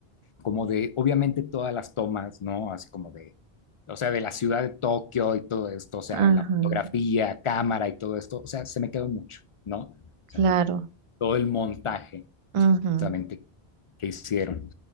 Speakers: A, on the left; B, on the right.
A: como de, obviamente todas las tomas, ¿no? Así como de, o sea, de la ciudad de Tokio y todo esto, o sea,
B: ajá,
A: la fotografía, cámara y todo esto, o sea, se me quedó mucho, ¿no? O
B: claro.
A: sea, como todo el montaje justamente
B: ujú.
A: que hicieron.